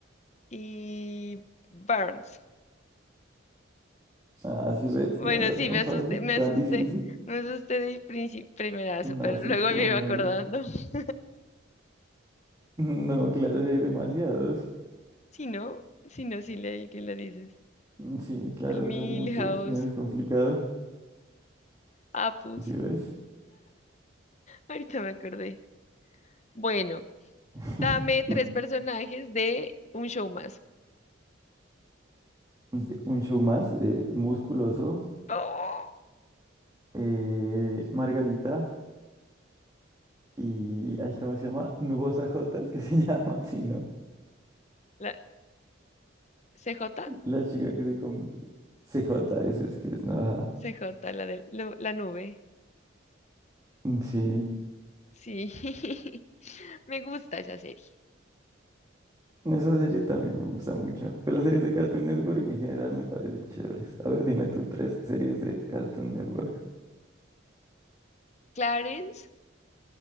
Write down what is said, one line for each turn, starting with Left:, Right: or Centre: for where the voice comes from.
Left: y Burns.
Right: Ah, ¿sí ves
Left: Bueno,
Right: que no era
Left: sí,
Right: tan
Left: me asusté,
Right: fácil,
Left: me
Right: tan
Left: asusté,
Right: difícil.
Left: me asusté de princi- primerazo,
Right: No,
Left: pero
Right: sí
Left: luego
Right: es como
Left: me iba
Right: muy.
Left: acordando. <laughs>
Right: <laughs> No, claro, sí hay demasiados.
Left: Si no, si no, sí leí que lo dices.
Right: Mm, Sí, claro,
Left: El Milhouse,
Right: son muchos, no es complicado.
Left: Apus.
Right: ¿Sí ves?
Left: Ahorita me acordé. Bueno,
Right: <laughs>
Left: dame tres personajes de un show más.
Right: de- Un show más, eh, musculoso.
Left: ¡Oh!
Right: eh, Margarita y, ay, ¿cómo se llama? Nubosa J, es que se llama, <laughs> si no,
Left: La C J,
Right: la chica que se come. CJ, eso es que es, ¿no? Ajá.
Left: C J, la de la nube.
Right: Sí,
Left: Sí, <laughs> me gusta esa serie.
Right: esa serie también me gusta mucho. Pero las series de Cartoon Network en general me parecen chéveres. A ver, dime tú, tres series de Cartoon Network.
Left: Clarence,